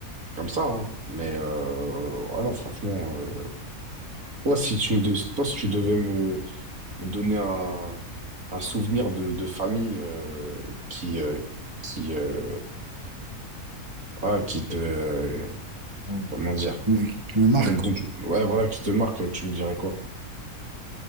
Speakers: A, on the right; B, on the right.
A: comme ça, hein. Mais euh, voilà, franchement, euh, toi, si tu me de- toi, si tu devais me, me donner un, un souvenir de, de famille euh, qui euh, qui euh, voilà, qui te euh,
B: Ouais.
A: comment dire
B: Qui, me qui me marque,
A: donc, donc
B: quoi.
A: ouais voilà qui te marque, tu me dirais quoi?